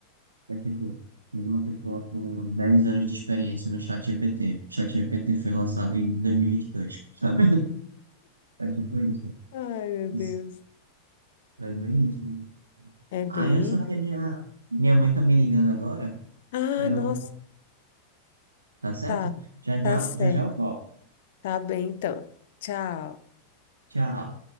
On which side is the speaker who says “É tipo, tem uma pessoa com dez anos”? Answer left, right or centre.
Right